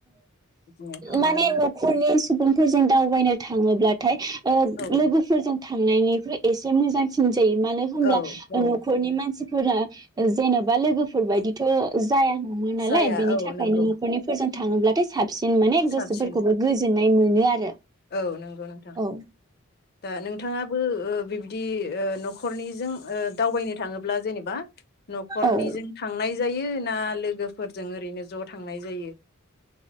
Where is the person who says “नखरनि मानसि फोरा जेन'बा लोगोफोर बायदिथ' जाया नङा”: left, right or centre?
Right